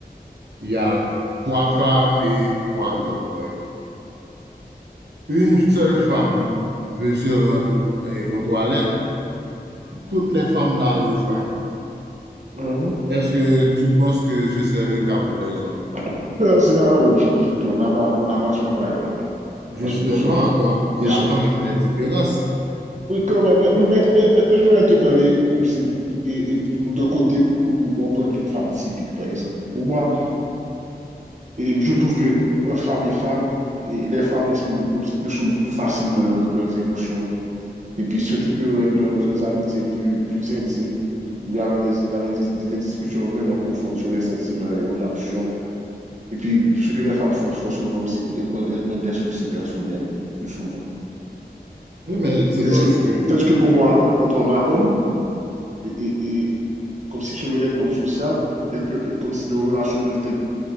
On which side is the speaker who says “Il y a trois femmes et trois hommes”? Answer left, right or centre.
Right